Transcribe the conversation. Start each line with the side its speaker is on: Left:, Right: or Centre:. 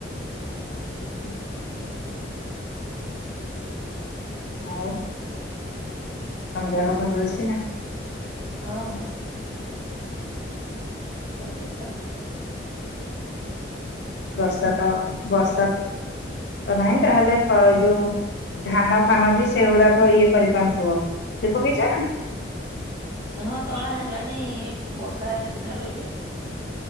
Left: <inaudible> ଆଉ ତମ
Right: ଆଉ
Left: ଦେହ
Right: କଣ
Left: ଭଲ ଅଛି ନା?
Right: ହଁ ହଁ। ସବୁ ଠିକ ଠାକ୍।
Left: ବର୍ଷା ତ ବର୍ଷା ତ ନାହିଁ ତାହେଲେ ଏ ଯୋଉ ଧାନ ଫାନ ବି ସେଗୁଡାକ ଇଏ କରିପାରୁନଥିବ <unintelligible> ସେ ପକେଇଛ ନା?
Right: ହଁ ତଳା ହେଲାଣି ବର୍ଷା ହେଲେ ସିନା ରୋଇବେ।